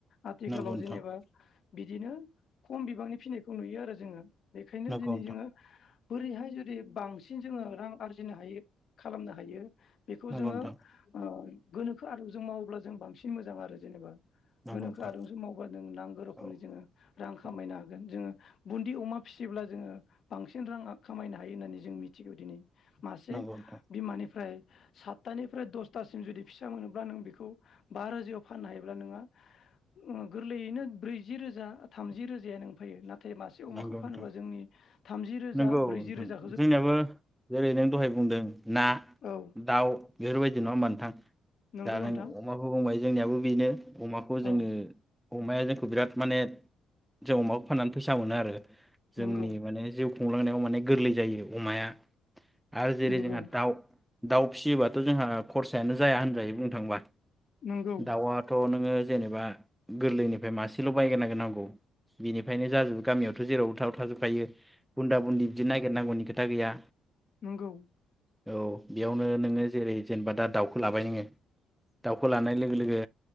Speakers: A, on the left; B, in the centre.
A: आथिखालाव
B: नंगौ
A: जेनेबा।
B: नोंथां
A: बिदिनो खम बिबांनि फिनायखौ नुयो आरो जोङो। बेखायनो दिनै
B: नंगौ
A: जोङो। बोरै हाय जु दि बांसिन जोङो रां आरजिनो हायो खालामनो हायो। बेखौ
B: नोंथां
A: जोङो ओ। गोनोखो आदबजों मावोब्ला जों बांसिन मोजां आरो जेनेबा। गोनोखो
B: नंगौ नोंथां नंगौ नोंथां नंगौ नोंथां नंगौ नोंथां
A: आदबजों मावबा जों नांगौ रोखोमनि
B: औ
A: जोङो रां खामायनो
B: औ
A: हागोन जोङो। बुन्दि अमा फिसियोब्ला जोङो बांसिन रां आ खामायनो हा हायो होननानै जों मिथिगौ दिनै मासे
B: नंगौ नोंथां
A: बिमानिफ्राय सातथानिफ्राय दसथासिम जुदि फिसा मोनोब्ला नों बेखौ बा रोजायाव फाननो हायोब्ला नोंहा ओ गोरलैयैनो ब्रैजि रोजा थामजि रोजाया नो फैयो नाथाय नाथाय मासे अमाखौ
B: नंगौ
A: फानोबा
B: नोंथां
A: जोंनि थामजि रोजा
B: नंगौ
A: ब्रैजि
B: नोंथां
A: रोजा
B: जोंनियाबो जेरै नों दहाय बुंदों ना
A: औ
B: दाउ बेफोरबायदि न मोनथां।
A: नंगौ
B: दा जों
A: नोंथां
B: अमाखौ बुंबाय। जोंनियाबो बेनो अमाखौ जोङो
A: औ
B: अमाया जोंनि बिराद माने जों अमाखौ फाननानै फैसा मोनो आरो। जोंनि
A: नंगौ
B: माने जिउ खुंलांनायाव माने गोरलै जायो अमाया। आरो जेरै
A: नंगौ
B: जोंहा दाउ दाउ फिसियोबाथ' जोंहा खरसायानो जाया होनजायो बुंनो थाङोब्ला।
A: नंगौ
B: दाउआथ' नों। जेनेबा गोरलैनिफ्राय मासेल' बायग्रोनांगौ नांगौ बेनिफायनो। जाजोब गामियावथ' जेराव थाव थाजोब। थायो बुन्दा बुन्दि बिदि नागिरनांगौनि खोथा गैया
A: नोंगौ।
B: औ बेयावनो नोङो जेरै जेनेबा दा दाउखौ लाबाय नोङो दाउखौ लानाय लोगो लोगो